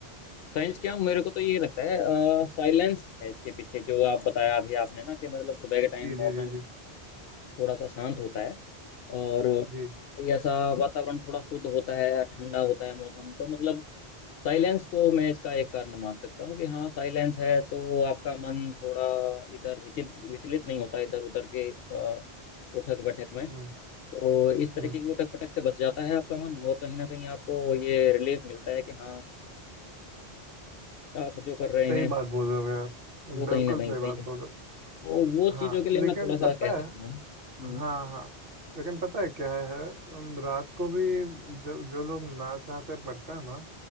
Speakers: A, on the left; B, on the right.
A: साइंस क्या मेरे को तो ये लगता है साइलेंस है इसके पीछे जो आप बताया अभी आपने ना कि मतलब सुबह के टाइम
B: जी
A: मौसम
B: जी जी जी
A: थोड़ा सा शांत होता है और
B: जी
A: कोई ऐसा वातावरण थोड़ा शुद्ध होता है ठंडा होता है मौसम तो मतलब साइलेंस को मैं इसका एक कारण मान सकता हूँ कि हाँ साइलेंस है तो आपका मन थोड़ा इधर विचल विचलित नहीं होता इधर उधर के अ, उठक बैठक में
B: हम्म
A: तो इस तरीके
B: हम्म
A: की उठक पटक से बच जाता है आपका मन और कहीं ना कहीं आपको ये रिलीफ मिलता है कि हाँ आप जो कर रहे
B: सही
A: हैं
B: बात बोल रहे हो यार
A: वो कहीं
B: बिल्कुल
A: ना कहीं
B: सही
A: सही
B: बात
A: है
B: बोल रहे
A: वो वो
B: हो हाँ
A: चीज़ों के लिए
B: लेकिन
A: मैं थोड़ा सा
B: पता
A: कह सकता
B: है
A: हूँ हम्म,
B: हाँ हाँ लेकिन पता है क्या है अम, रात को भी जो जो लोग ना चाहते पढ़ते हैं ना